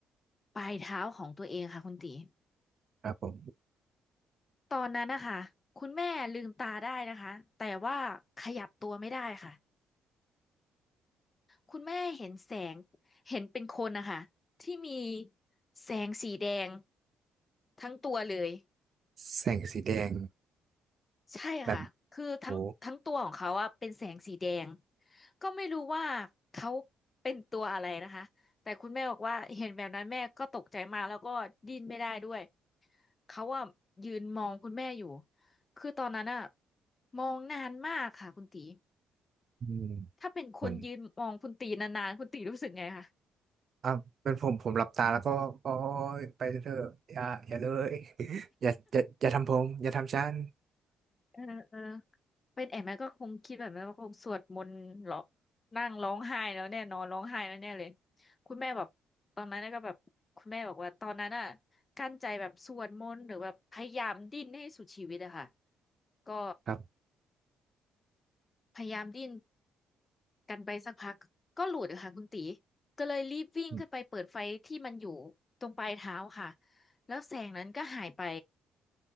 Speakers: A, on the left; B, on the right.
A: ปลายเท้าของตัวเองค่ะคุณตี
B: ครับผม
A: ตอนนั้นนะคะคุณแม่ลืมตาได้นะคะแต่ว่าขยับตัวไม่ได้ค่ะคุณแม่เห็นแสงเห็นเป็นคนนะคะที่มีแสงสีแดงทั้งตัวเลย
B: แสงสีแดง
A: ใช่ค่ะคือทั้งทั้งตัวของเขาอะเป็นแสงสีแดง
B: แบบโอ้
A: ก็ไม่รู้ว่าเขาเป็นตัวอะไรนะคะแต่คุณแม่บอกว่าเห็นแบบนั้นแม่ก็ตกใจมากแล้วก็ดิ้นไม่ได้ด้วย เขาอะยืนมองคุณแม่อยู่คือตอนนั้นอะมองนานมากค่ะคุณตี
B: อืม
A: ถ้าเป็นคนยืนมองคุณตีนานๆคุณตีรู้สึกไงคะ
B: เหมือน อ่ะเป็นผมผมหลับตาแล้วก็โอ้ยไปเถอะอย่าอย่าเลย <laughs> อย่าอย่าอย่าทำผมอย่าทำฉัน
A: เออเออเป็นแอมแม่ก็คงคิดแบบนั้นว่าคงสวดมนต์เหรอนั่งร้องไห้แล้วแน่นอนร้องไห้แล้วแน่เลยคุณแม่แบบตอนนั้นก็แบบคุณแม่บอกว่าตอนนั้นอะกั้นใจแบบสวดมนต์หรือแบบพยายามดิ้นให้สุดชีวิตอะค่ะก็
B: ครับ
A: พยายามดิ้น กันไปสักพักก็หลุดอะค่ะคุณตีก็เลยรีบวิ่งขึ้นไปเปิดไฟที่มันอยู่ตรงปลายเท้าค่ะ
B: อืม
A: แล้วแสงนั้นก็หายไป